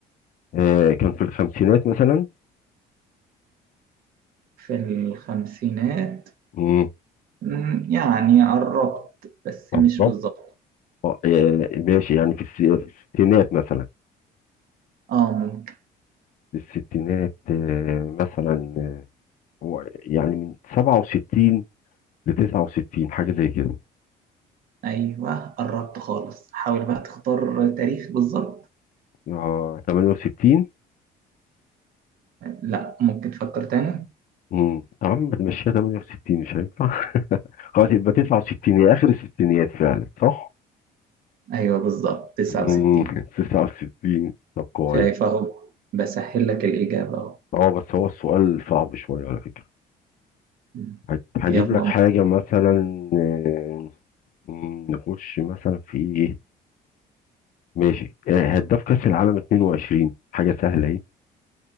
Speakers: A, on the left (about 50°); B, on the right (about 60°).
A: آه، كان في الخمسينات مثلا
B: في الخمسينات
A: امم
B: مم، يعني قربت بس
A: بالظبط
B: مش بالظبط
A: آه، آه، ماشي يعني في الس- في الستينات مثلا
B: اه ممكن
A: في الستينات آه، مثلا آه، هو يعني من 67 ل 69 حاجة زي كده
B: ايوه قربت خالص حاول بقى تختار تاريخ بالظبط
A: اه 68
B: لا ممكن تفكر تاني
A: امم يا عم بتمشيها 68 مش هينفع <laughs> خلاص يبقى 69 هي اخر الستينات فعلا صح؟
B: ايوه بالظبط 69
A: امم <laughs> 69 طب كويس
B: شايف اهو بسهل لك الإجابة اهو
A: اه بس هو السؤال صعب شوية على فكرة
B: مم.
A: هج- هجيب
B: يلا
A: لك حاجة مثلا آه، م- نخش مثلا في ايه ماشي آه، هداف كأس العالم 22 حاجة سهلة اهي